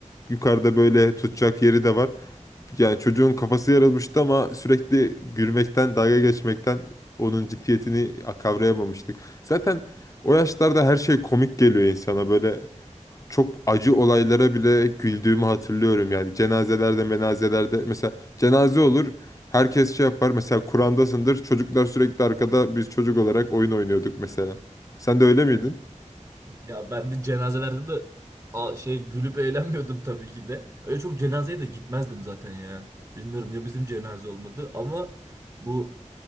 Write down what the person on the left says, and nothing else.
Yukarıda böyle tutacak yeri de var. Yani çocuğun kafası yarılmıştı ama sürekli gülmekten, dalga geçmekten onun ciddiyetini kavrayamamıştık. Zaten o yaşlarda her şey komik geliyor insana. Böyle çok acı olaylara bile güldüğümü hatırlıyorum. Yani cenazelerde, menazelerde mesela cenaze olur. Herkes şey yapar. Mesela Kur'an'dasındır. Çocuklar sürekli arkada biz çocuk olarak oyun oynuyorduk mesela. Sen de öyle miydin?